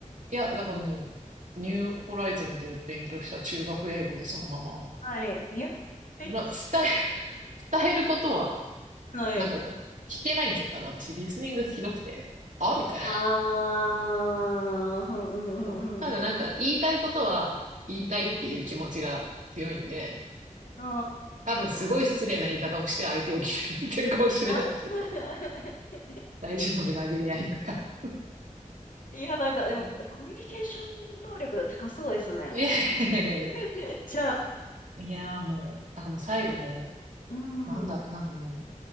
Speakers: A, on the right (about 70°); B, on the left (about 80°).
A: いや、だからもう、ニューホライズンで勉強した中学英語でそのまま、
B: はい。にゃ、はい。
A: まあ、伝え、伝えることは、
B: はい。
A: なんか、聞けないんですよ。ただ私、リスニングひどくて、あみたいな。
B: あー、うんうんうんうん。
A: そう。ただなんか、言いたいことは、言いたいっていう気持ちが強いんで、
B: うん。あ
A: 多分すごい失礼な言い方をして相手を決めてるかもしれないけど、
B: ー。あー <laughs>
A: 大丈夫、殴り合いとか。
B: いや、なんか、でも、
A: もう
B: コミュニケーション能力高そうですね。
A: いやいやいやいやいや。
B: <laughs> めっちゃ、
A: いや、もう、だからもう最後も
B: うん。
A: う、なんだ、
B: う
A: なんかも